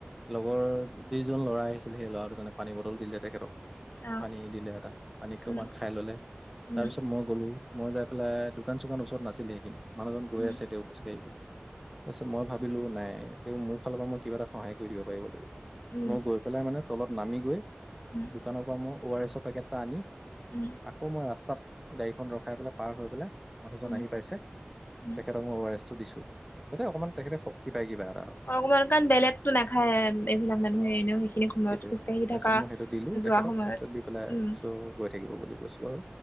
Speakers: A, in the centre; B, on the left.
A: লগৰ যিজন ল'ৰা আহিছিল সেই ল'ৰা দুজনে পানী বটল দিলে তেখেতক
B: অ
A: পানী দিলে এটা পানী অকমান
B: উম
A: খাই ললে
B: উম
A: তাৰ পিছত মই গলো মই যাই পেলাই দোকান চোকান ওচৰত নাছিলে সেইখিনি মানুহজন গৈ
B: উম
A: আছে তেওঁ খোজ কাঢ়ি কাঢ়ি তাৰপিছত মই ভাবিলো নাই তেওঁ মোৰ ফালৰ পৰা মই কিবা এটা সহায় কৰি দিব পাৰিব লাগি
B: উম
A: মই গৈ পেলাই মানে তলত নামি গৈ
B: উম
A: দোকানৰ পৰা মই ঔ আৰ এছৰ পেকেট এটা আনি
B: উম
A: আকৌ মই ৰাস্তাত গাড়ীখন ৰখাই পেলাই পাৰ হৈ পেলাই মানুহজন
B: উম উম
A: আহি পাইছে
B: উম
A: তেখেতক মই ঔ আৰ এছ টো দিছো যাতে অকণমান তেখেতে শক্তি পাই কিবা এটা
B: অ অকমান কাৰণ বেলেগতো নাখায় এইবিলাক মানুহে
A: অ'
B: এনেও সেইখিনি সময়ত
A: সেইটোৱে।
B: খোজকাঢ়ি
A: তাৰপিছত
B: থকা
A: মই সেইটো দিলোঁ
B: যোৱা
A: তেখেতক
B: সময়ত
A: তাৰপিছত দি পেলাই
B: উম
A: চ' গৈ থাকিব বুলি কৈছোঁ আৰু